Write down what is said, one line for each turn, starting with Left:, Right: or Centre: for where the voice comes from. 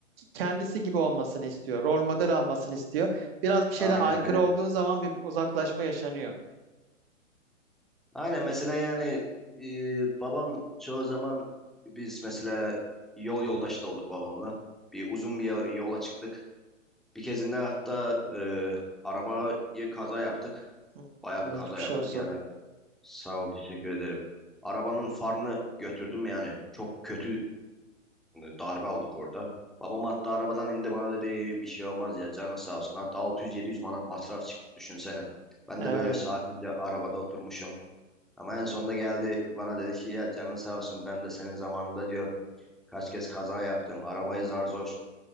Right: kendisi gibi olmasını istiyor. Rol model almasını istiyor. Biraz bir şeyle
Centre: Aynen
Right: aykırı
Centre: öyle.
Right: olduğun zaman bir uzaklaşma yaşanıyor.
Centre: Aynen mesela yani e, babam çoğu zaman biz mesela yol yoldaşı da olduk babamla. Bir uzun bir yo- yola çıktık. Bir kezinde hatta e, arabayı kaza yaptık.
Right: Hı,
Centre: Bayağı
Right: Geçmiş
Centre: bir kaza yaptık.
Right: olsun.
Centre: Yani sağ ol teşekkür ederim. Arabanın farını götürdüm yani. Çok kötü e, darbe aldık orada. Babam hatta arabadan indi bana dedi "Ey, bir şey olmaz ya canın sağ olsun. Hatta 600-700 manat masraf çıktı düşünsene. Ben
Right: Evet,
Centre: de böyle sakince arabada oturmuşum. Ama en sonunda geldi bana dedi ki ya canın sağ olsun ben de senin zamanında diyor kaç kez kaza yaptım. Arabayı zar zor